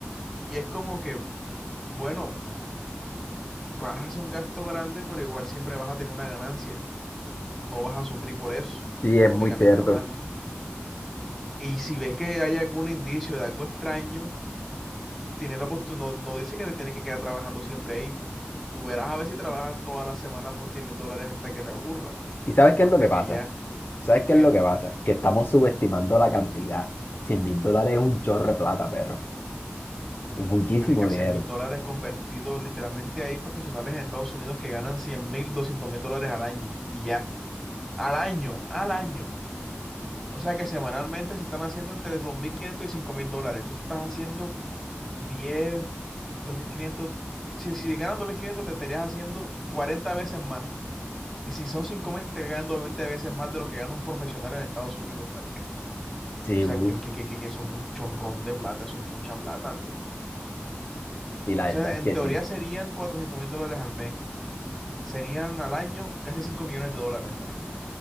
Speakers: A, in the centre; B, on the left.
A: Y es como que, bueno, vas a hacer un gasto grande, pero igual siempre vas a tener una ganancia. No vas a sufrir por eso,
B: Sí,
A: económicamente
B: es muy cierto.
A: hablando. Y si ves que hay algún indicio de algo extraño, Tienes la oportu- no, no dice que te tienes que quedar trabajando siempre ahí. Tú verás a ver si trabajas todas las semanas por cien mil dólares hasta que te aburra
B: ¿Y sabes qué
A: o
B: es
A: hasta
B: lo que pasa?
A: que ya,
B: ¿Sabes qué
A: ¿qué?
B: es lo que pasa? Que estamos subestimando la cantidad. cien mil dólares es un chorro de plata, perro. Es muchísimo
A: Marica,
B: dinero.
A: cien mil dólares convertidos, literalmente hay profesionales en Estados Unidos que ganan cien mil, doscientos mil dólares al año y ya, al año, al año. O sea que semanalmente se están haciendo entre dos mil quinientos y cinco mil dólares. Tú te estás haciendo diez dos mil quinientos Si, si ganas 2.500 te estarías haciendo 40 veces más. Y si son cinco mil, te ganan 20 veces más de lo que gana un profesional en Estados Unidos, marica.
B: Sí,
A: O
B: uff,
A: sea, que, que, que, que eso es un chorrón de plata, eso es mucha plata, viejo.
B: y la
A: O
B: verdad
A: sea,
B: es
A: en
B: que
A: teoría
B: sí.
A: serían cuatrocientos mil dólares al mes. Serían al año casi cinco millones de dólares, marica.